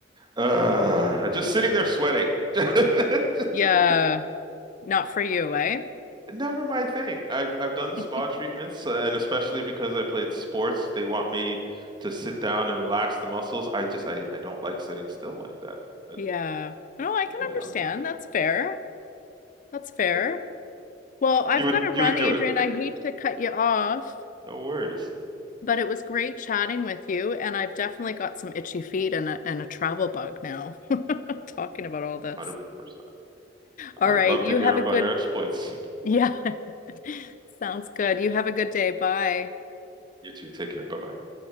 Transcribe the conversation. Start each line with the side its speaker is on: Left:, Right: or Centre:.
Right: uh, just sitting there sweating. <laughs>
Left: Yeah, not for you, eh?
Right: never my thing. I've I've done the
Left: <laughs>
Right: spa treatments, uh, and especially because I played sports, they want me to sit down and relax the muscles. I just I, I don't like sitting still like that. Uh,
Left: Yeah. No, I can
Right: you
Left: understand.
Right: know,
Left: That's fair. That's fair.
Right: Uh,
Left: Well, I've
Right: you would
Left: got to run,
Right: you would do
Left: Adrian.
Right: it.
Left: I hate to cut you off,
Right: No worries.
Left: but it was great chatting with you, and I've definitely got some itchy feet and a and a travel bug now, <laughs> talking about all this.
Right: 100%.
Left: All
Right: I'd
Left: right,
Right: love
Left: you
Right: to hear
Left: have
Right: about
Left: a good,
Right: your exploits.
Left: yeah. <laughs> Sounds good. You have a good day. Bye.
Right: You too. Take care. Bye-bye.